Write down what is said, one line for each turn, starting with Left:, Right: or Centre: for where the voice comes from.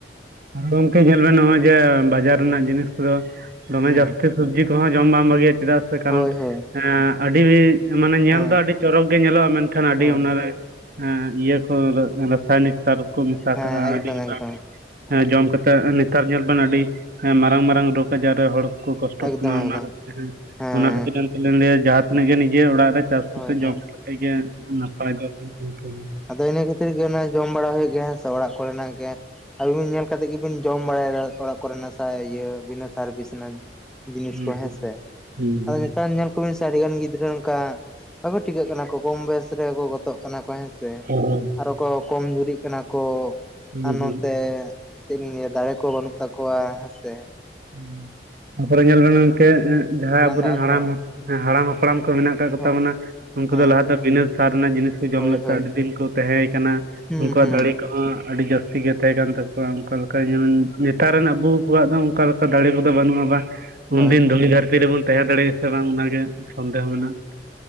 Right: ᱟᱫᱚ ᱜᱚᱝᱠᱮ ᱧᱮᱞ ᱵᱮᱱ ᱱᱚᱜᱚᱭ ᱡᱮ ᱵᱟᱡᱟᱨ ᱨᱮᱱᱟᱜ ᱡᱤᱱᱤᱥ ᱠᱚᱫᱚ ᱫᱚᱢᱮ
Centre: ᱦᱩᱸ
Right: ᱡᱟᱹᱥᱛᱤ ᱥᱚᱵᱡᱤ ᱠᱚᱦᱚᱸ ᱡᱚᱢ ᱵᱟᱝ ᱵᱷᱟᱹᱜᱤᱭᱟ ᱪᱮᱫᱟᱜ ᱥᱮ ᱠᱟᱨᱚᱱ
Centre: ᱦᱳᱭ ᱦᱳᱭ
Right: ᱟᱹᱰᱤ ᱢᱟᱱᱮ ᱧᱮᱞ
Centre: ᱦᱮᱸ
Right: ᱫᱚ ᱟᱹᱰᱤ ᱪᱚᱨᱚᱠ ᱜᱮ ᱧᱮᱞᱚᱜᱼᱟ ᱢᱮᱱᱠᱷᱟᱱ ᱟᱹᱰᱤ
Centre: ᱦᱳᱭ
Right: ᱚᱱᱟᱨᱮ ᱤᱭᱟᱹ ᱠᱚ ᱨᱟᱥᱟᱭᱱᱤᱠ ᱥᱟᱨ ᱠᱚ ᱢᱮᱥᱟ
Centre: ᱦᱮᱸ
Right: ᱠᱟᱜ-ᱟ
Centre: ᱮᱠᱫᱚᱢ
Right: ᱟᱹᱰᱤ <unintelligible> <unintelligible>
Centre: ᱮᱠᱫᱚᱢ ᱦᱮᱸ
Right: ᱡᱚᱢ ᱠᱟᱛᱮ ᱱᱮᱛᱟᱨ ᱧᱮᱞ
Centre: ᱦᱩᱸ
Right: ᱵᱮᱱ ᱟᱹᱰᱤ ᱢᱟᱨᱟᱝ ᱢᱟᱨᱟᱝ ᱨᱳᱜᱽ ᱟᱡ ᱡᱟᱦᱟᱸᱟᱨ ᱨᱮ ᱦᱚᱲ ᱠᱚ ᱠᱚᱥᱴᱚᱜ
Centre: ᱮᱠᱫᱚᱢ
Right: ᱠᱟᱱᱟ
Centre: ᱮᱠᱫᱚᱢ
Right: ᱚᱱᱟ ᱠᱷᱟᱹᱛᱤᱨ
Centre: ᱦᱮᱸ
Right: ᱚᱱᱟ ᱠᱷᱟᱹᱛᱤᱨᱤᱧ ᱞᱟᱹᱭᱟ ᱡᱟᱦᱟᱸ ᱛᱤᱱᱟᱹᱜ ᱜᱮ ᱱᱤᱡᱮᱨ ᱚᱲᱟᱜ ᱨᱮ ᱪᱟᱥ ᱠᱟᱛᱮ
Centre: ᱦᱳᱭ ᱦᱳᱭ
Right: ᱡᱚᱢ
Centre: ᱦᱮᱸ
Right: ᱠᱟᱛᱮ ᱜᱮ ᱱᱟᱯᱟᱭ ᱫᱚ ᱦᱩᱭᱩᱜ ᱠᱟᱱᱟ᱾
Centre: ᱟᱫᱚ ᱤᱱᱟᱹ ᱠᱷᱟᱹᱛᱤᱨ ᱜᱮ ᱚᱱᱮ ᱡᱚᱢ ᱵᱟᱲᱟ ᱦᱩᱭᱩᱜ ᱜᱮᱭᱟ ᱦᱮᱸ ᱥᱮ, ᱚᱲᱟᱜ ᱠᱚᱨᱮᱱᱟᱜ ᱜᱮ ᱟᱵᱤᱱ ᱵᱤᱱ ᱧᱮᱞ ᱠᱟᱛᱮᱫ ᱜᱮᱵᱤᱱ ᱡᱚᱢ ᱵᱟᱲᱟᱭᱟ ᱚᱲᱟᱜ ᱠᱚᱨᱮ ᱱᱟᱥᱟ ᱤᱭᱟᱹ ᱵᱤᱱᱟᱹ ᱥᱟᱨ ᱵᱤᱥ ᱨᱮᱱᱟ᱾ ᱡᱤᱱᱤᱥ
Right: ᱦᱩᱸ
Centre: ᱠᱚ ᱦᱮᱸᱥᱮ᱾
Right: ᱦᱩᱸ
Centre: ᱟᱫᱚ
Right: ᱦᱩᱸ
Centre: ᱱᱮᱛᱟᱨ ᱧᱮᱞ ᱠᱚᱵᱤᱱ ᱟᱹᱰᱤ ᱜᱟᱱ ᱜᱤᱫᱽᱨᱟᱹ ᱚᱱᱠᱟ ᱵᱟᱠᱚ ᱴᱤᱠᱟᱹᱜ ᱠᱟᱱᱟ ᱠᱚ ᱠᱚᱢ ᱵᱚᱭᱮᱥ ᱨᱮᱜᱮ ᱠᱚ ᱜᱚᱛᱚᱜ ᱠᱟᱱᱟ ᱠᱚ ᱦᱮᱸᱥᱮ ᱛᱮ
Right: ᱦᱩᱸ
Centre: ᱟᱨᱚ ᱠᱚ ᱠᱚᱢ ᱡᱩᱨᱤᱜ ᱠᱟᱱᱟ ᱠᱚ,
Right: ᱦᱩᱸ
Centre: ᱟᱨ ᱱᱚᱛᱮ ᱪᱮᱫ ᱱᱤᱭᱟᱹ ᱫᱟᱲᱮ ᱠᱚ ᱵᱟᱹᱱᱩᱜ ᱛᱟᱠᱚᱣᱟ ᱦᱮᱸ ᱥᱮ?
Right: ᱦᱩᱸ ᱛᱟᱯᱚᱨᱮ ᱧᱮᱞ ᱵᱮᱱ ᱜᱚᱢᱠᱮ ᱡᱟᱦᱟᱸ
Centre: ᱞᱟᱸᱜᱟᱜ
Right: ᱟᱵᱚᱨᱮᱱ
Centre: ᱟᱠᱚ
Right: ᱦᱟᱲᱟᱢ ᱦᱮᱸ ᱦᱟᱲᱟᱢ ᱦᱟᱯᱲᱟᱢ ᱠᱚ ᱢᱮᱱᱟᱜ ᱟᱠᱟᱫ ᱠᱚᱛᱟ
Centre: ᱦᱳᱭ
Right: ᱵᱚᱱᱟ ᱩᱱᱠᱩ
Centre: ᱦᱮᱸ
Right: ᱫᱚ ᱞᱟᱦᱟ ᱫᱚ ᱵᱤᱱᱟᱹ ᱥᱟᱨ ᱨᱮᱱᱟᱜ ᱡᱤᱱᱤᱥ ᱠᱚ ᱡᱚᱢ
Centre: ᱦᱳᱭ
Right: ᱞᱮᱫ
Centre: ᱦᱳᱭ
Right: ᱛᱮ ᱟᱹᱰᱤ ᱫᱤᱱ ᱠᱚ ᱛᱟᱦᱮᱸ ᱠᱟᱱᱟ
Centre: ᱦᱩᱸ
Right: ᱩᱱᱠᱩᱣᱟᱜ
Centre: ᱦᱩᱸ
Right: ᱫᱟᱲᱮ ᱠᱚᱦᱚᱸ ᱟᱹᱰᱤ ᱡᱟᱹᱟᱥᱛᱤ ᱜᱮ ᱛᱟᱦᱮᱸ ᱠᱟᱱ ᱛᱟᱠᱚᱣᱟ᱾ ᱚᱱᱠᱟ ᱞᱮᱠᱟ ᱡᱮᱢ ᱱᱮᱛᱟᱨ ᱨᱮᱱ ᱟᱹᱵᱩ ᱠᱚᱣᱟᱜ ᱫᱚ ᱚᱱᱠᱟ ᱞᱮᱠᱟ ᱫᱟᱲᱮ ᱠᱚᱫᱚ ᱵᱟᱹᱱᱩᱜ-ᱟ
Centre: ᱦᱳᱭ
Right: ᱩᱱᱫᱤᱱ
Centre: ᱦᱳᱭ
Right: ᱫᱷᱩᱲᱤ ᱫᱷᱟᱨᱤ ᱛᱤ ᱨᱮᱵᱚᱱ ᱛᱟᱦᱮᱸ ᱫᱟᱲᱮᱭᱟᱜᱼᱟ ᱥᱮ ᱵᱟᱝ ᱚᱱᱟᱜᱮ
Centre: ᱦᱳᱭ
Right: ᱥᱚᱱᱫᱮᱦᱚ
Centre: ᱦᱳᱭ
Right: ᱢᱮᱱᱟᱜᱼᱟ᱾